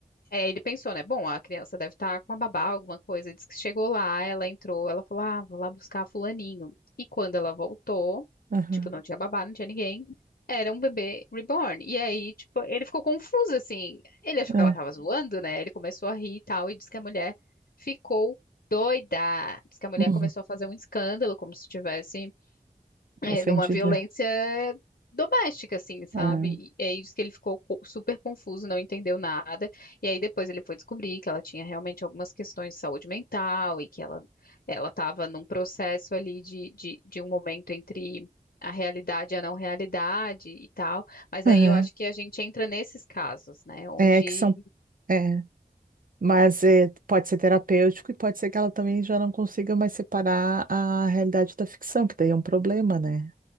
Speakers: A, on the left; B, on the right.
A: é, ele pensou, né? Bom, a criança deve estar com a babá, alguma coisa. Diz que chegou lá, ela entrou, ela falou: Ah, vou lá buscar fulaninho. E quando ela voltou,
B: Aham.
A: tipo, não tinha babá, não tinha ninguém. Era um bebê reborn. E aí, tipo, ele ficou confuso, assim. Ele achou
B: ah,
A: que ela tava zoando, né? Ele começou a rir e tal, e disse que a mulher ficou doida. Diz que a mulher
B: uhum.
A: começou a fazer um escândalo, como se tivesse é,
B: Ofendido.
A: numa violência
B: é.
A: doméstica, assim, sabe?
B: Ah,
A: E aí diz que ele ficou co- super confuso, não entendeu nada. E aí depois ele foi descobrir que ela tinha realmente algumas questões de saúde mental e que ela ela estava num processo ali de, de, de um momento entre a realidade e a não realidade e tal. Mas
B: aham.
A: aí eu acho que a gente entra nesses casos, né? Onde
B: É que são. É, mas é, pode ser terapêutico e pode ser que ela também já não consiga mais separar a realidade da ficção, que daí é um problema, né?